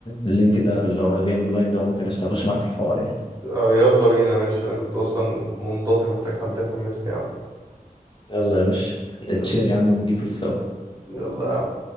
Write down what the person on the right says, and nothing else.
آه يلا بينا ماشي أنا كنت أصلا منطفي محتاج حد يحمسني يا عم
يلا
يلا يا عم